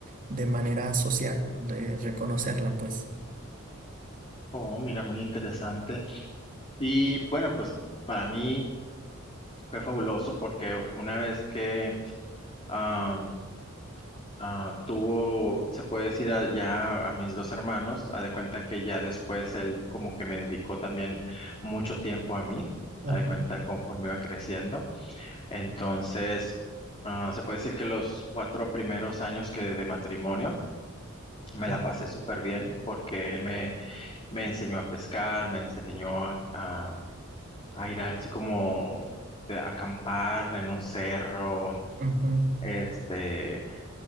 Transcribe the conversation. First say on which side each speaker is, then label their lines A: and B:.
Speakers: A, on the right; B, on the left.
A: de manera social, de reconocerla pues.
B: Oh, mira, muy interesante. Y bueno, pues para mí fue fabuloso porque una vez que am, ah, tuvo, se puede decir a- ya a mis dos hermanos, a de cuenta que ya después él como que me dedicó también mucho tiempo a mí,
A: Ujú,
B: a de cuenta conforme iba creciendo. Entonces, Ah, se puede decir que los cuatro primeros años que de matrimonio me
A: Sí,
B: la pasé súper bien porque él me, me enseñó a pescar, me enseñó a, a- a ir así como de acampar en un cerro,
A: ujú,
B: este,